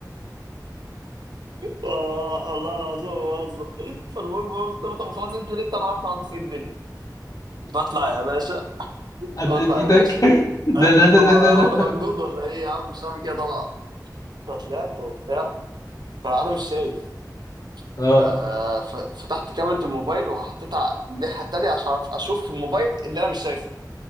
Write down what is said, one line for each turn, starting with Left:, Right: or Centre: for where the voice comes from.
Right: والله الله العظيم ما بهزر فالمهم قلت له طب خلاص انزل أنت أنا هطلع أشوف إيه الدنيا بطلع يا باشا
Left: حطيت
Right: بطلع
Left: ايدك
Right: يا باشا
Left: ده
Right: لا
Left: ده ده
Right: طبعا
Left: ده
Right: أنا
Left: ده
Right: هو أنا
Left: ده.
Right: مجنون ولا إيه يا عم مش عارف كده طبعا فطلعت وبتاع فأنا مش شايف
Left: اه
Right: ف- ففتحت كاميرا الموبايل وحطيتها على الناحية التانية عشان أعرف أشوف في الموبايل اللي أنا مش شايفه